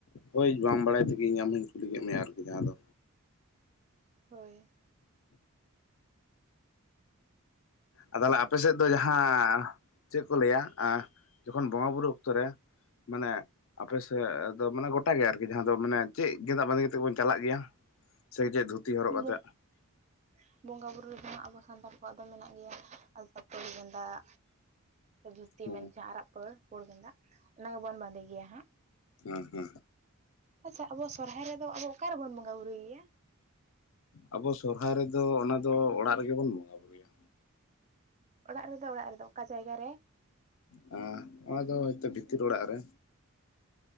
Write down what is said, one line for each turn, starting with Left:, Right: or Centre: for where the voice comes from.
Left: ᱦᱳᱭ ᱵᱟᱲᱟᱭ ᱛᱮᱜᱮ
Right: ᱦᱳᱭ
Left: ᱤᱧ ᱟᱢ ᱦᱚᱧ ᱠᱩᱞᱤ ᱠᱮᱫ ᱢᱮᱭᱟ ᱟᱨᱠᱤ ᱡᱟᱦᱟᱸ ᱫᱚ
Right: ᱦᱳᱭ
Left: ᱟᱫᱚᱞᱟᱜ ᱟᱯᱮ ᱥᱮᱫ ᱫᱚ ᱡᱟᱦᱟᱸ ᱪᱮᱫ ᱠᱚ ᱞᱟᱹᱭᱟ ᱡᱚᱠᱷᱚᱱ ᱵᱚᱸᱜᱟ ᱵᱩᱨᱩ ᱚᱠᱛᱚ ᱨᱮ ᱢᱟᱱᱮ ᱟᱯᱮ ᱥᱮᱫ ᱫᱚ ᱢᱟᱱᱮ ᱜᱚᱴᱟ ᱜᱮ ᱟᱨᱠᱤ ᱡᱟᱦᱟᱸ ᱫᱚ ᱢᱟᱱᱮ ᱪᱮᱫ ᱜᱮᱸᱫᱟᱜ ᱵᱟᱸᱫᱮ ᱠᱟᱛᱮᱫ ᱵᱚᱱ ᱪᱟᱞᱟᱜ ᱜᱮᱭᱟ ᱥᱮ ᱪᱮᱫ ᱫᱷ
Right: <unintelligible>
Left: ᱦᱸ
Right: ᱵᱚᱸᱜᱟ ᱵᱩᱨᱩ ᱨᱮᱫᱚ ᱟᱵᱚ ᱥᱟᱱᱛᱟᱲ ᱠᱚᱣᱟᱜ ᱫᱚ ᱢᱮᱱᱟᱜ ᱜᱮᱭᱟ ᱟᱞᱛᱟ ᱯᱟᱹᱲ ᱜᱮᱸᱫᱟᱜ ᱫᱷᱩᱛᱤ
Left: ᱦᱮᱸ
Right: ᱢᱮᱱᱠᱷᱟ ᱟᱨᱟᱜ ᱯᱟᱹᱲ ᱯᱩᱲ ᱜᱮᱸᱫᱟᱜ ᱚᱱᱟ ᱜᱮᱵᱚᱱ ᱵᱟᱸᱫᱮ ᱜᱮᱭᱟ ᱦᱟᱸᱜ
Left: ᱦᱮᱸ ᱦᱮᱸ
Right: ᱟᱪᱪᱷᱟ ᱟᱵᱚ ᱥᱚᱨᱦᱟᱭ ᱨᱮᱫᱚ ᱟᱵᱚ ᱚᱠᱟᱨᱮᱵᱚᱱ ᱵᱚᱸᱜᱟ ᱵᱩᱨᱩᱜᱮᱭᱟ
Left: ᱟᱵᱚ ᱥᱚᱨᱦᱟᱭ ᱨᱮᱫᱚ ᱚᱱᱟ ᱫᱚ ᱚᱲᱟᱜ ᱨᱮᱜᱮ ᱵᱚᱱ ᱵᱚᱸᱜᱟ ᱵᱩᱨᱩᱭᱟ
Right: ᱚᱲᱟᱜ ᱨᱮᱫᱚ ᱚᱲᱟᱜ ᱨᱮᱫᱚ ᱚᱠᱟ ᱡᱟᱭᱜᱟ ᱨᱮ
Left: ᱦᱮ ᱱᱚᱣᱟ ᱫᱚ ᱦᱚᱭᱛᱳ ᱵᱷᱤᱛᱤᱨ ᱚᱲᱟᱜ ᱨᱮ